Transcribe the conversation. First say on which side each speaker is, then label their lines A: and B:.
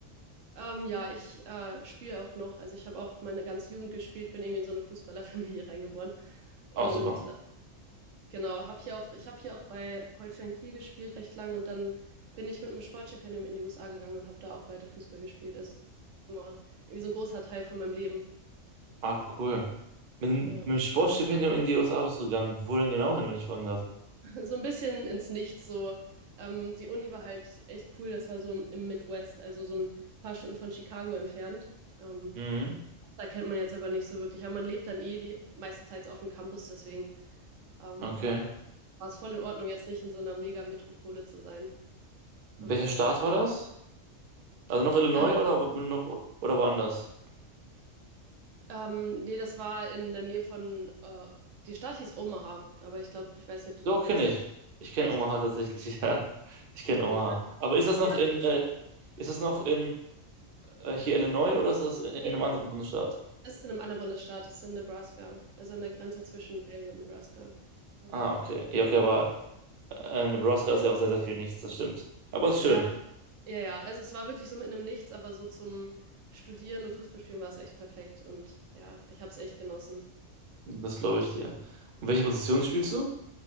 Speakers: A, on the right; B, on the right.
A: Ähm, ja, ich äh, spiele auch noch. Also ich habe auch meine ganze Jugend gespielt, bin irgendwie in so eine Fußballerfamilie <laughs> reingeboren. Und
B: Oh, super.
A: äh, genau, habe hier auch, ich habe hier auch bei Holstein Kiel gespielt recht lang und dann bin ich mit einem Sportstipendium in die USA gegangen und habe da auch weiter Fußball gespielt. Also immer irgendwie so ein großer Teil von meinem Leben.
B: Ach, cool. Mit, mit
A: Ja,
B: dem Sportstipendium in die USA bist du gegangen. Wo denn genau hin, wenn ich fragen darf?
A: <laughs> so ein bisschen ins Nichts. So, ähm, die Uni war halt echt cool. Das war so im Midwest, also so ein paar Stunden von Chicago entfernt. Ähm,
B: Mhm,
A: da kennt man jetzt aber nicht so wirklich. Aber man lebt dann eh die meiste Zeit so auf dem Campus. Deswegen, ähm,
B: okay.
A: ja, war, war es voll in Ordnung, jetzt nicht in so einer Mega-Metropole zu sein.
B: Welcher
A: Aber
B: Staat war
A: ja.
B: das? Also noch Illinois
A: Ähm,
B: oder, wo- noch, oder woanders?
A: Ähm, nee, das war in der Nähe von, äh, die Stadt hieß Omaha, aber ich glaube, ich weiß nicht, ob du
B: Doch,
A: die kennst.
B: kenne ich. Ich kenne
A: Echt?
B: Omaha tatsächlich, <laughs> ja. Ich kenne
A: Witzig,
B: Omaha.
A: ja.
B: Aber ist das noch
A: Ja,
B: in, äh, ist das noch in äh, hier Illinois oder ist das in, in
A: nee,
B: einem
A: nee.
B: anderen Bundesstaat?
A: Das ist in einem anderen Bundesstaat, das ist in Nebraska, also an der Grenze zwischen Iowa und Nebraska, quasi.
B: Ah, okay. Ja, okay, aber äh, Nebraska ist ja auch sehr, sehr viel nichts, das stimmt. Aber ist schön,
A: Ja, ja, ja, also es war wirklich so mitten im Nichts, aber so zum Studieren und Fußballspielen war es echt perfekt und ja, ich habe es echt genossen.
B: das glaube ich dir. Und welche Position spielst du?